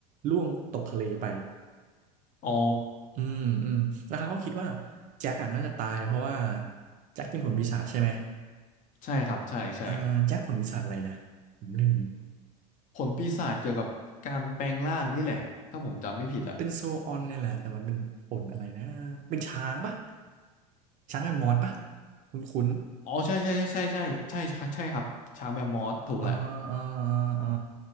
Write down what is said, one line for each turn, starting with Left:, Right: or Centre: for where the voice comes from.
Right: ล่วงตกทะเลไป
Left: อ๋อ
Right: อืมอืมแล้วเขาก็คิดว่าแจ็คอ่ะน่าจะตายเพราะว่าแจ็คกินผลปีศาจใช่ไหม
Left: ใช่ครับใช่ใช่
Right: เออแจ็คผลปีศาจอะไรนะผมลืม
Left: ผลปีศาจเกี่ยวกับการแปลงร่างนี่แหละถ้าผมจำไม่ผิดอะ
Right: เป็นโซออนเนี่ยแหละแต่มันเป็นผลอะไรนะเป็นช้างปะช้างแมมมอสปะคุ้นคุ้น
Left: อ๋อใช่ใช่ใช่ใช่ใช่ใช่ใช่ใช่ครับช้างแมมมอสถูกแหละ
Right: อ่าอ่าอ่า